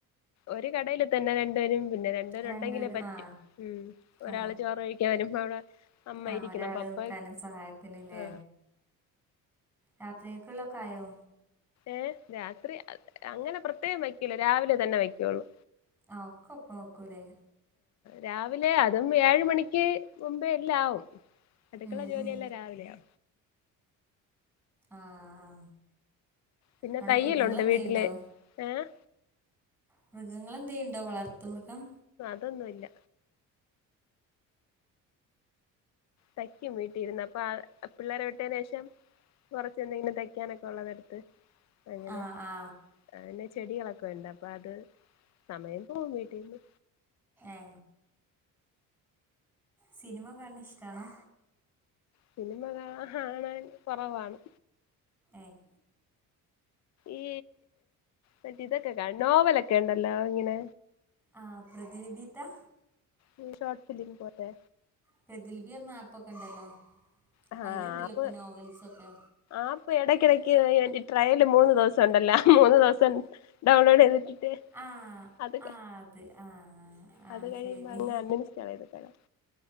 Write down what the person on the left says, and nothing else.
ഒരു കടയില് തന്നെ രണ്ടുപേരും. പിന്നെ രണ്ടുപേരുണ്ടെങ്കിലേ
പറ്റൂ.
ഉം ഒരാള്
ചോറ് കഴിക്കാൻ വരുമ്പോ അവിടെ അമ്മ
ഇരിക്കണം
പപ്പ
ആ
ഏ രാത്രി അ അങ്ങനെ പ്രത്യേകം വയ്ക്കൂലാ രാവിലെ തന്നെ വയ്ക്കുള്ളൂ
രാവിലെ അതും ഏഴ് മണിക്ക് മുമ്പേ എല്ലാം ആവും. അടുക്കള
ജോലിയെല്ലാം
രാവിലെയാ.
പിന്നെ
തയ്യലുണ്ട്
വീട്ടില് ഏഹ്
അതൊന്നൂല്ല തയ്ക്കും വീട്ടിരുന്ന്. അപ്പം ആ പിള്ളേരെ വിട്ടേന് ശേഷം കൊറച്ച് എന്തെങ്കിലും തയ്ക്കാനൊക്കെള്ളതെടുത്ത് അങ്ങനെ.
ആ പിന്നെ ചെടികളൊക്കെ ഒണ്ട് അപ്പ അത് സമയം പോകും വീട്ടീരുന്ന്.
സിനിമ കാ കാണാൻ കൊറവാണ്.
ഈ മറ്റേ ഇതൊക്കെ കാൺ നോവലൊക്കെ ണ്ടല്ലോ ഇങ്ങനെ
ഉം ഷോട്ട് ഫിലിം പോലെ.
ആഹ്
ആപ്പ്
ആപ്പ് എടയ്ക്കെടക്ക് ഏൻ്റ് ട്രയല് മൂന്ന് ദിവസം ഉണ്ടല്ല. ആ മൂന്ന് ദിവസം ഡൗൺലോഡ് ചെയ്തിട്ട് ടെ
അത്
അത് കഴിയുമ്പ
അങ്ങ് അൺഇൻസ്റ്റാള് ചെയ്തിട്ടെ <unintelligible>